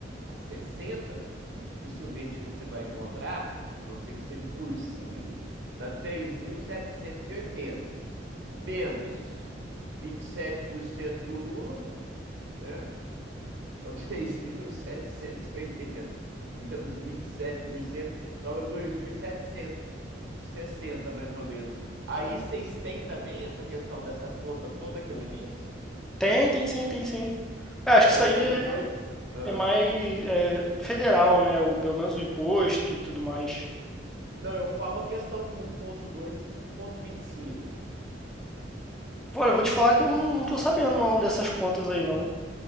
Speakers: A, on the right (about 70°); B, in the centre.
A: a 60, que dificilmente você vai encontrar, a não ser que seja cursinho, dá três mil setecentos e oitenta Menos 27% do Lula, né? Então <laughs> 3.780 menos vinte e sete por cento sobra dois mil setecentos e sessenta mais ou menos. Aí vocês têm também essa questão dessa conta toda que eu fiz?
B: Tem, tem sim, tem sim. É, acho que
A: É
B: isso
A: um
B: aí
A: 1.2? Ah.
B: é mais é, federal, né? Ou pelo menos o imposto, tudo mais.
A: Não, eu falo a questão do um ponto dois e 5.25.
B: Olha, eu vou te falar que eu não, não tô sabendo não dessas contas aí, não.